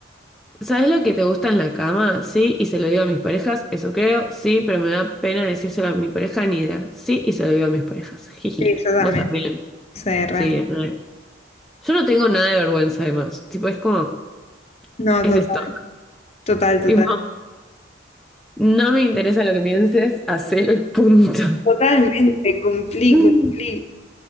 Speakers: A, in the centre; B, on the left.
A: ¿Sabes lo que te gusta en la cama? Sí, y se lo digo a mis parejas, eso creo, sí, pero me da pena decírselo a mi pareja ni idea. Sí, y se lo digo a mis parejas. Jiji.
B: Sí, yo también,
A: Vos también.
B: CR.
A: Sí. re. Yo no tengo nada de vergüenza además. Tipo, es como,
B: No,
A: es
B: total,
A: esto.
B: total, total.
A: Tipo, no me interesa lo que pienses, hacelo y punto.
B: Totalmente, cumplí,
A: <laughs>
B: cumplí.